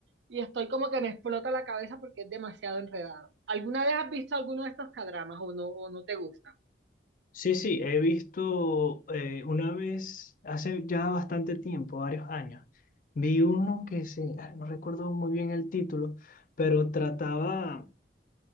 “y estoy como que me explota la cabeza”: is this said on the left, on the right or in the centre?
Right